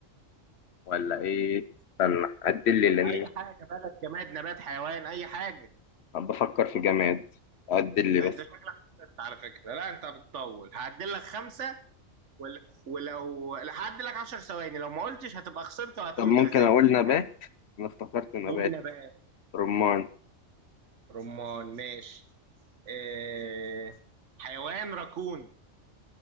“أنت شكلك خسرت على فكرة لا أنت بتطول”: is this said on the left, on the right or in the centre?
Right